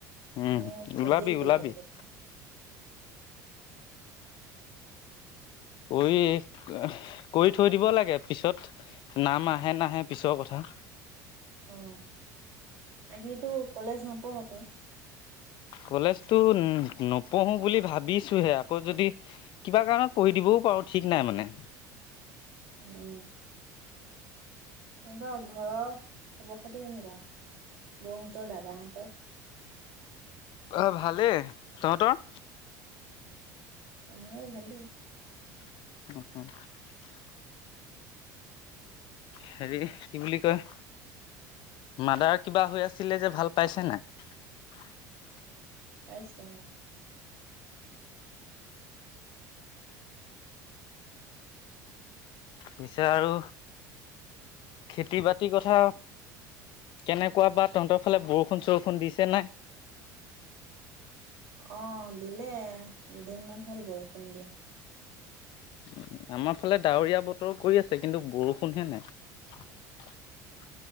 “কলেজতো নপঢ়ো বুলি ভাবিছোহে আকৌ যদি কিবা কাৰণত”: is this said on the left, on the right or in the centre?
Left